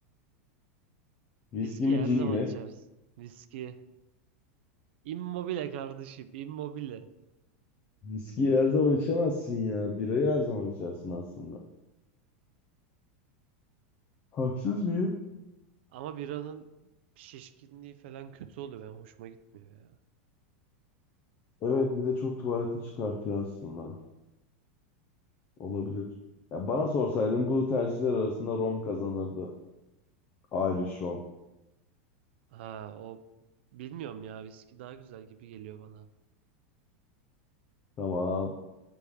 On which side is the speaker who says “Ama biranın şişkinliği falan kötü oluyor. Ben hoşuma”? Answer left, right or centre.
Right